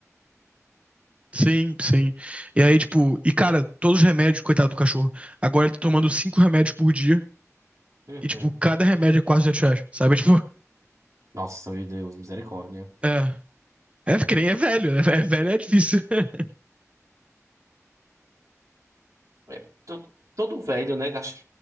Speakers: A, on the right; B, on the right.
A: Sim, sim. E aí, tipo, e cara, todos os remédios, coitado do cachorro. Agora ele tá tomando cinco remédios por dia.
B: Uhum.
A: E, tipo, cada remédio é quase 200 reais, sabe? É, Tipo, <laughs>
B: Nossa, meu Deus, misericórdia.
A: é. É que nem é velho, né? É velho é difícil. <laughs>
B: É, to- todo velho, né? Gasta...